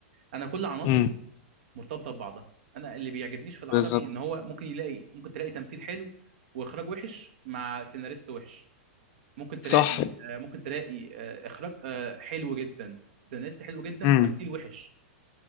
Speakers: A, on the right (about 50°); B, on the left (about 25°).
A: انا كل عناصري
B: امم
A: مرتبطه ببعضها انا اللي بيعجبنيش في العربي
B: بالظبط
A: ان هو ممكن يلاقي ممكن تلاقي تمثيل حلو واخراج وحش مع سيناريست وحش ممكن تلاقي
B: صح
A: آه، ممكن تلاقي آه، اخراج آه، حلو جدا سيناريست حلو جدا
B: امم
A: تمثيل وحش